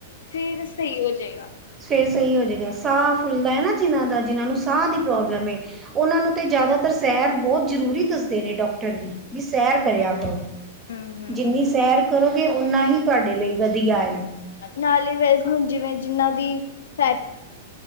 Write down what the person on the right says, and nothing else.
ਫੇਰ ਸਈ ਹੋਜੇਗਾ, ਸਾਹ ਫੁੱਲਦਾ ਐ ਨਾ ਜਿਨਾਂ ਦਾ ਜਿਨਾਂ ਨੂੰ ਸਾਹ ਦੀ ਪ੍ਰੋਬਲਮ ਏ ਉਹਨਾਂ ਨੂੰ ਤੇ ਜ਼ਿਆਦਾਤਰ ਸੈਰ ਬੋਤ ਜ਼ਰੂਰੀ ਦੱਸਦੇ ਨੇ ਡਾਕਟਰ ਵੀ। ਵੀ ਸੈਰ
ਕਰਿਆ ਕਰੋ। ਜਿੰਨੀ ਸੈਰ ਕਰੋਗੇ, ਓਨਾ ਹੀ ਤੁਹਾਡੇ ਲਈ ਵਧੀਆ ਏ।